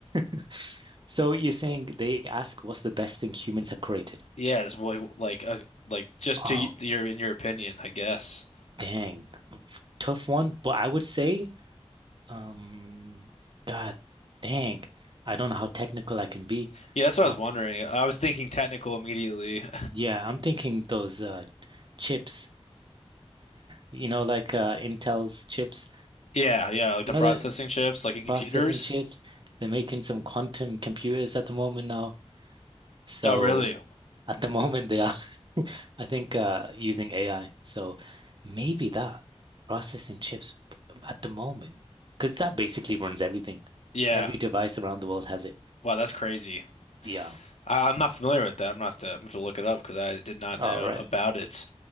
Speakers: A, on the right; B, on the left.
A: <laughs> so you're saying they ask what's the best thing humans have created?
B: Yeah, it's like like uh, like just
A: Oh,
B: to y- your in your opinion, I guess.
A: dang, tough one. But I would say. Um, God dang. I don't know how technical I can be.
B: Yeah, that's what
A: Um,
B: I was wondering. I was thinking technical immediately. <laughs>
A: yeah, I'm thinking those uh chips, you know, like uh Intel's chips.
B: Yeah, yeah, like
A: You
B: the
A: know
B: processing
A: that
B: chips, like in computers.
A: processing chips? They're making some quantum computers at the moment now. So
B: Oh, really?
A: at the <laughs> moment they are <laughs> I think uh using AI. So maybe that processing chips p- at the moment, because that basically runs everything.
B: Yeah.
A: Every device around the world has it.
B: Wow, that's crazy.
A: Yeah.
B: I, I'm not familiar with that. I'm gonna have to, I'm gonna have to look it up because I did not
A: All
B: know
A: right.
B: about it.